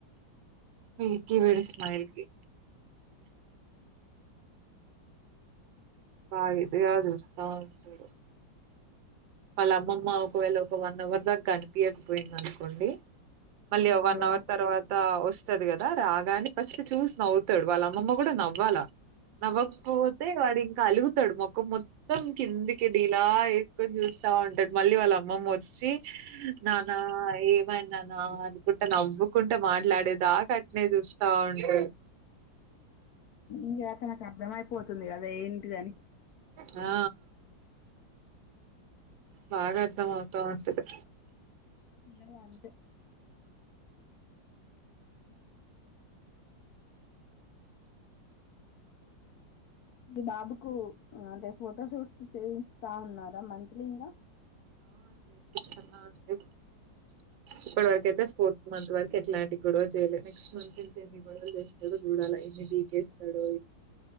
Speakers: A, on the right (about 80°); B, on the left (about 70°).
A: విడికి విడి స్మైల కి బద అ చూస్తా ఉంటడు వాళ్ళ అమ్మమ్మ ఒకవేళ ఒక వన్ అవర్ దాకా కనిపించకపోయింది అనుకోండి మళ్ళీ వన్
B: అయ్యో
A: అవర్ తర్వాత వస్త వస్తాది కదా రాగానే ఫస్ట్ చూసి నవ్వుతాడు వాళ్ళ అమ్మమ్మ కూడా నవ్వాలా నవకా పోతే వాడింగ్ కలుగుతాడు మొఖం మొత్తం కిందికి డి ఇలా ఎక్కువని చూస్త ఉంటాడు మళ్ళీ వాళ్ళ అమ్మమ్మ వచ్చి నానా ఏ అన్నా నా అనుకుంట నవ్వుకుంటే మాట్లాడేదాక అట్నే చూస్తా ఉంట
B: ఇకా అత నాకు అర్ధమయిపోతుంది కదా ఏంటిదని
A: ఆ బాగా అర్థం అవుతా ఉంటది
B: ఇన్నలా అంట అ మీ బాబుకు అంటే ఫోటో షూట్స్ సేవస్తస్తా ఉన్నారా మంత్లీ ఇకా
A: డు ఇప్పటి వరక అయితే ఫోర్త్ మంత్ వరకు ఎట్లాంటి గొడవ చేయాలి నెక్స్ట్ మంత్ నుంచి ఎన్ని గొడవలు చేస్తాడు చూడాలి బీకేస్తాడు